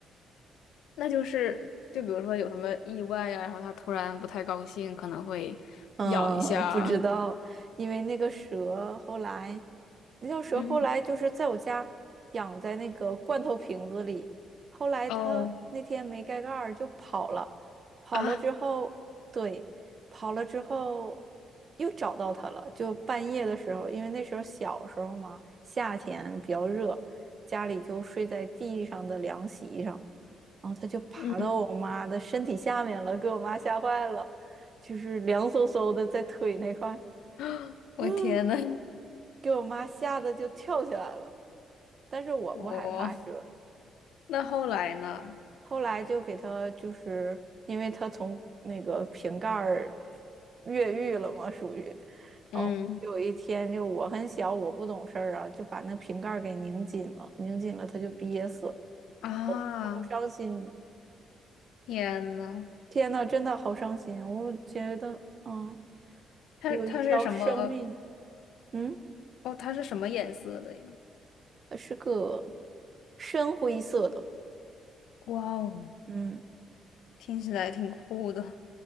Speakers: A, on the left; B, on the right.
A: 那就是，就比如说有什么意外呀、然后它突然不太高兴，可能会咬一下。
B: 嗯，不知道，因为那个蛇后来，那条蛇后来就是在我家养在那个罐头瓶子里，
A: 嗯，
B: 后来它那天没盖盖儿就跑了，
A: 哦，
B: 跑了之后，
A: 啊
B: 对，跑了之后又找到它了，就半夜的时候，因为那时候小时候嘛，夏天比较热，家里就睡在地上的凉席上。然后它就爬到我妈的身体下面了，
A: <laughs>，嗯，
B: 给我妈吓坏了，就是凉飕飕的在腿那块儿，
A: <gasps> 我天呐，
B: 嗯给我妈吓得就跳起来了。但是我不害怕蛇，
A: 我那后来呢？
B: 后来就给它，就是因为它从那个瓶盖儿越狱了嘛，属于，然后有一天就我很小，
A: 嗯，
B: 我不懂事儿啊，就把那瓶盖儿给拧紧了，拧紧了它就憋死了，
A: 啊，
B: 好伤心。
A: 天呐。
B: 天呐，真的好伤心！我觉得，嗯，
A: 它它是什么？
B: 有一条生命，嗯，
A: 哦，它是什么颜色的呀？
B: 呃是个深灰色的，
A: 哇哦，
B: 嗯，
A: 听起来挺酷的